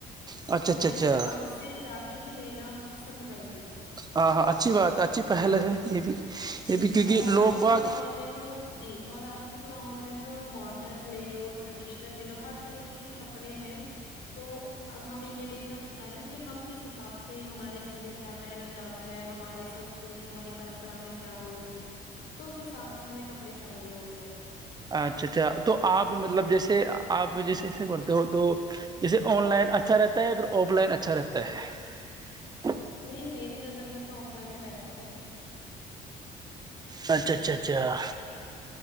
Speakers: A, on the right (about 25°); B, on the left (about 75°).
A: اچھا اچھا
B: میں
A: اچھا
B: دکان سے جا کے ہی لینا پسند کرتے
A: ہاں ہاں اچھی بات اچھی پہل ہے یہ بھی
B: جی
A: یہ بھی کیونکہ
B: اور آج
A: لوگ
B: کل
A: باگ
B: کے ماحول میں تو جی اور آج آج کل کے ماحول میں تو ماڈرن لے لو ٹریڈیشنل لے لو ہر طریقے کے کپڑے ہیں تو اب ہمیں یہ دیکھنا پڑتا ہے نا کہ ہم کس حساب سے ہمارے گھر میں کیا پہنا جاتا ہے ہمارے سنسکرتی ہماری پرمپرا میں کیا بولتی ہے تو اس حساب کے ہمیں کپڑے چاہیے ہوتے ہیں
A: اچھا اچھا تو آپ مطلب جیسے آپ جیسے ایسے کرتے ہو تو جیسے آن لائن اچھا رہتا ہے پھر آف لائن اچھا رہتا ہے
B: نہیں میری نظر میں تو آف لائن بہتر ہے
A: اچھا اچھا اچھا